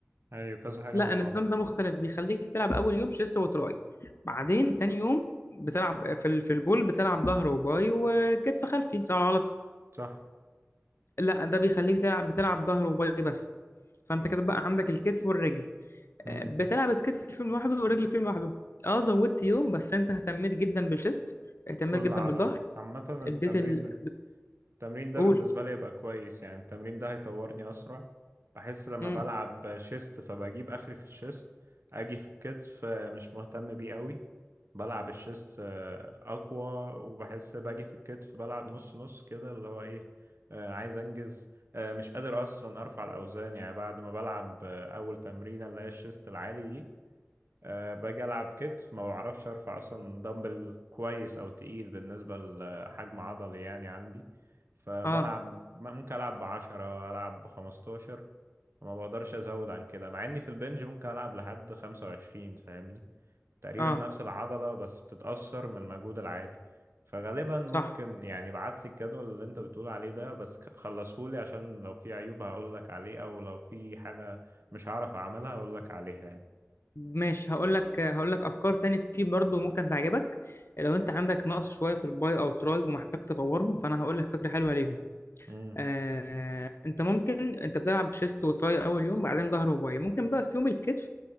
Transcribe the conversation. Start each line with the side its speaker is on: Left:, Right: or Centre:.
Right: ايوه كذا حاجه
Left: لا
Right: مع
Left: النظام
Right: بعض
Left: ده مختلف بيخليك تلعب اول يوم شيست وتراي بعدين تاني يوم بتلعب في ال... في البول بتلعب ظهر وباي وكتف خلفي صح ولا غلط
Right: صح
Left: لا ده بيخليك تلعب بتلعب ظهر وباي بس فانت كده بقى عندك الكتف والرجل
Right: امم
Left: آه، بتلعب الكتف فيهم لوحده والرجل فيهم لوحده اه زودت يوم بس انت اهتميت جدا بالشيست اهتميت
Right: بكل
Left: جدا
Right: عضله
Left: بالظهر
Right: عامه التمرين
Left: اديت ال...
Right: التمرين ده
Left: قول
Right: بالنسبة لي يبقى كويس يعني التمرين ده هيطورني أسرع بحس لما
Left: امم
Right: بلعب شيست فبجيب آخري في الشيست أجي في الكتف آه، مش مهتم بيه قوي بلعب الشيست آه، أقوى وبحس باجي في الكتف بلعب نص نص كده اللي هو إيه آه، عايز أنجز آه، مش قادر أصلا أرفع الأوزان يعني بعد ما بلعب آه، أول تمرينة اللي هي الشيست العالي دي أه باجي ألعب كتف ما بعرفش أرفع أصلا دمبل كويس أو تقيل بالنسبة لحجم عضلي يعني عندي فبلعب
Left: اه
Right: ممكن ألعب بعشرة ألعب بخمستاشر وما بقدرش أزود عن كده مع إني في البنج ممكن ألعب لحد خمسة وعشرين فاهمني تقريبا
Left: اه
Right: نفس العضلة بس بتتأثر من المجهود العالي فغالبا ممكن
Left: صح
Right: يعني بعت لي الجدول اللي انت بتقول عليه ده بس خلصهولي عشان لو في عيوب هقول لك عليه او لو في حاجة مش هعرف اعملها هقول لك عليها
Left: ماشي هقول لك هقول لك افكار تاني فيه برضو ممكن تعجبك لو انت عندك نقص شويه في الباي او تراي ومحتاج تطورهم فانا هقول لك فكره حلوه ليهم
Right: يعني
Left: آه انت ممكن انت بتلعب شيست وتراي اول يوم بعدين ظهر وباي ممكن بقى في يوم الكتف